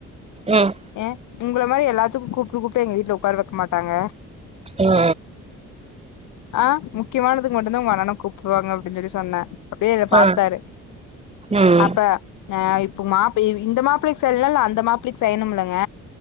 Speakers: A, on the right; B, on the left.
A: ம்
B: ஏ உங்கள மாரி எல்லாத்துக்கு கூப்டு கூப்டு எங்க வீட்ல உட்கார வைக்க மாட்டாங்க
A: ம் ம்
B: ஆ முக்கியமானது மட்டு தா உங்க அண்ணன கூப்டுவாங்க அப்டின்னு சொல்லி சொன்ன அப்டியே என்ன பத்தாரு
A: ஆ ம் ம்
B: அப்ப ஆ இப்ப மாப்பு இவ் இந்த மாப்பிள்ளைக்கு <unintelligible> அந்த மாப்பிள்ளைக்கு செய்யணுமிலாங்க